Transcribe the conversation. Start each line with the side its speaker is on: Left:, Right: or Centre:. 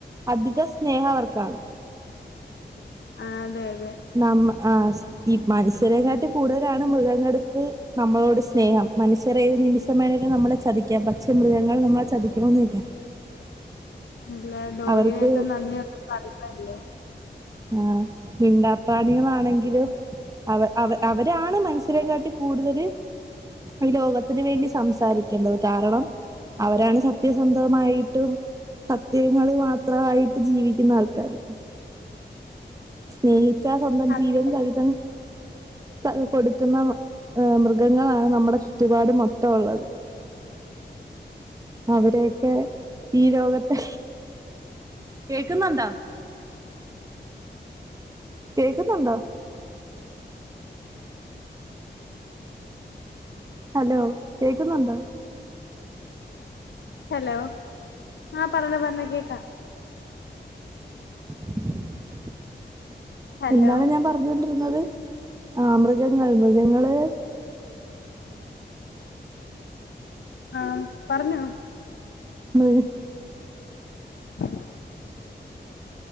Right: അധിക സ്നേഹം അവർക്കാണ്.
Left: ആഹ് അതെ അതെ
Right: നമ്മ ആഹ് സ് ഈ മനുഷ്യരെക്കാട്ടി കൂടുതലാണ് മൃഗങ്ങൾക്ക് നമ്മളോട് സ്നേഹം മനുഷ്യര് ഏത് നിമിഷ ഷം വേണേലും നമ്മളെ ചതിക്കാം പക്ഷേ മൃഗങ്ങൾ നമ്മളെ ചതിക്കണോന്നില്ല.
Left: ഇല്ല ഡോഗിനെക്കെ
Right: അവർക്ക്
Left: നന്ദി <unintelligible> പറഞ്ഞല്ലേ
Right: ആഹ് മിണ്ടാ പ്രാണികളാണെങ്കിലും അവ അവ അവരാണ് മനുഷ്യരെക്കാട്ടി കൂടുതല് ഈ ലോകത്തിന് വേണ്ടി സംസാരിക്കേണ്ടത് കാരണം. അവരാണ് സത്യസന്ധമായിട്ടും. സത്യങ്ങള് മാത്രമായിട്ട് ജീവിക്കുന്ന ആൾക്കാര് സ്നേഹിച്ചാ സ്വന്തം
Left: അതെ
Right: ജീവൻ
Left: അതെ.
Right: സഹിതം ത കൊടുക്കുന്ന ഏഹ് മൃഗങ്ങളാണ് നമ്മുടെ ചുറ്റുപാട് മൊത്തം ഉള്ളത്. അവരൊക്കെ ഈ ലോകത്തെ കേൾക്കുന്നുണ്ടോ? കേൾക്കുന്നുണ്ടോ? ഹലോ കേക്കുന്നുണ്ടോ?
Left: ഹലോ ആഹ് പറഞ്ഞോ പറഞ്ഞോ കേക്കാം
Right: <inaudible>
Left: ഹലോ
Right: എന്താണ് ഞാൻ പറഞ്ഞോണ്ടിരുന്നത് ആ മൃഗങ്ങൾ മൃഗങ്ങള്
Left: ആഹ് പറഞ്ഞോ
Right: <unintelligible>
Left: ആ